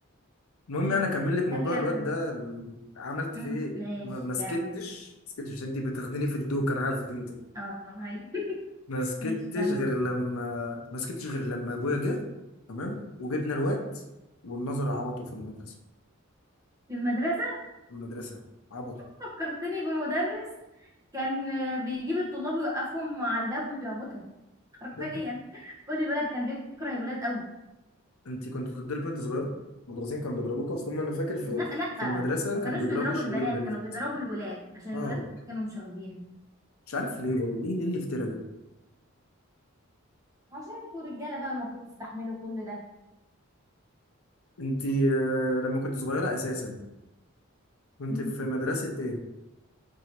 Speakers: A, on the left; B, on the right.
A: المهم
B: ايوه
A: يعني اكمل لك موضوع
B: فاكر
A: الواد ده ال- عملت
B: مم.
A: فيه ايه
B: ماشي
A: ما ما سكتش
B: كمل
A: ما سكتش انت بتاخديني في الدوك انا عارفك انت
B: اه ايوه <laughs>
A: ما سكتش
B: ماشي كمل
A: غير لما ما سكتش غير لما ابويا جه تمام وجبنا الواد والنظر عبطه في المدرسه
B: في المدرسة
A: في المدرسه عبطه
B: فكرتني بمدرس كان آه، بيجيب الطلاب ويوقفهم على الباب ويعبطهم حرفيا
A: <laughs>
B: كل الولد كان بيكره الولاد قوي
A: انت كنت بتضربي وانت صغير المدرسين كانوا بيضربوك اصلا انا فاكر في
B: لا لا
A: في المدرسه
B: ما
A: كان
B: كانوش
A: بيضرب
B: بيضربوا
A: وش
B: البنات
A: بيضرب بنات
B: كانوا بيضربوا الولاد عشان
A: اه
B: الولاد كانوا مش واخدين
A: مش عارف ليه ليه ليه الافتراء ده
B: عشان انتوا رجالة بقى المفروض تستحملوا كل ده
A: انت آه، لما كنت صغيره اساسا كنت
B: مم.
A: في مدرسه ايه